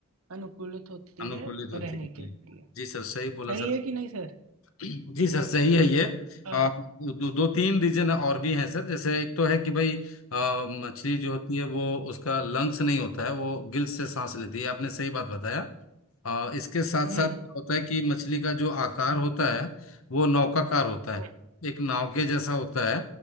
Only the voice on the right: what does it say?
अनुकूलित होती
है रहने
के लिए
सही
है कि नहीं सर
अ,
हम्म
हम्म